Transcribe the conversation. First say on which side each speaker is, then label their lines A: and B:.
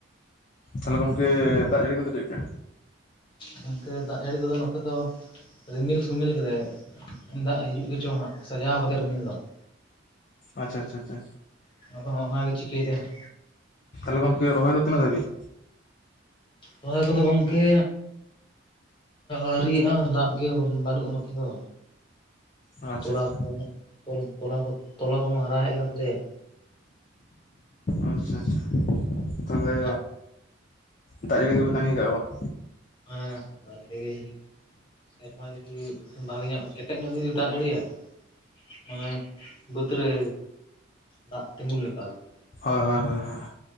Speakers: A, on the left; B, on the left.
A: ᱛᱟᱦᱚᱞᱮ ᱜᱚᱝᱠᱮ ᱫᱟᱜ ᱡᱟᱹᱲᱤ ᱠᱚᱫᱚ ᱪᱮᱫ ᱞᱮᱠᱟ?
B: ᱜᱚᱝᱠᱮ ᱫᱟᱜ ᱡᱟᱹᱲᱤ ᱠᱚᱫᱚ ᱱᱚᱛᱮ ᱫᱚ ᱨᱤᱢᱤᱞ ᱥᱤᱢᱤᱞ ᱟᱠᱟᱫᱟᱭ ᱫᱟᱜ ᱦᱤᱡᱩᱜ ᱜᱮ ᱪᱚᱭ ᱦᱟᱸᱜ ᱥᱟᱡᱟᱣ ᱟᱠᱟᱫᱟᱭ ᱨᱤᱢᱤᱞ ᱫᱚ ᱾
A: ᱟᱪᱪᱷᱟ ᱟᱪᱪᱷᱟ ᱟᱪᱪᱷᱟ
B: <inaudible> ᱟᱫᱚ ᱚᱱᱟ ᱜᱮ ᱪᱤᱠᱟᱹᱭ ᱫᱟ ᱦᱟᱸᱜ
A: ᱛᱟᱦᱚᱞᱮ ᱜᱚᱝᱠᱮ ᱨᱚᱭ ᱫᱚ ᱛᱤᱱᱟᱹᱜ ᱫᱷᱟᱹᱵᱤᱡ?
B: ᱨᱚᱦᱚᱭ ᱠᱚᱫᱚ ᱜᱚᱝᱠᱮ ᱟᱹᱣᱨᱤᱭᱼᱟ ᱫᱟᱜ ᱜᱮ ᱵᱟᱹᱱᱩᱜᱼᱟ ᱱᱚᱛᱮ ᱫᱚ
A: ᱟᱪᱪᱷᱟ
B: ᱛᱚᱞᱟ
A: ᱟᱪᱪᱷᱟ
B: ᱠᱚ ᱛᱚᱞ ᱛᱚᱞᱟ ᱠᱚᱢᱟ ᱦᱟᱨᱟ ᱦᱮᱡ ᱟᱠᱟᱱ ᱛᱟᱞᱮᱭᱟ ᱾
A: ᱟᱪᱪᱷᱟ ᱟᱪᱪᱷᱟ ᱛᱟᱞᱦᱮ
B: ᱫᱟᱜ
A: ᱫᱟᱜ ᱡᱟᱹᱲᱤ ᱜᱮᱯᱮ ᱛᱟᱺᱜᱤ ᱠᱟᱜᱼᱟ ᱵᱟᱝ?
B: ᱦᱮᱸ ᱫᱟᱜ ᱡᱟᱹᱲᱤ ᱜᱮ ᱥᱮᱨᱢᱟ ᱡᱩᱫᱤ ᱵᱷᱟᱜᱤ ᱧᱚᱜ ᱠᱮᱴᱮᱡ ᱧᱚᱜ ᱡᱩᱫᱤ ᱫᱟᱜ ᱡᱟᱹᱲᱤᱭᱟ ᱢᱟᱱᱮ ᱵᱟᱹᱫᱽ ᱨᱮ ᱫᱟᱜ ᱛᱤᱸᱜᱩᱱ ᱞᱮᱠᱟ ᱟᱨᱠᱤ ᱾
A: ᱦᱳᱭ ᱦᱳᱭ ᱦᱳᱭ ᱾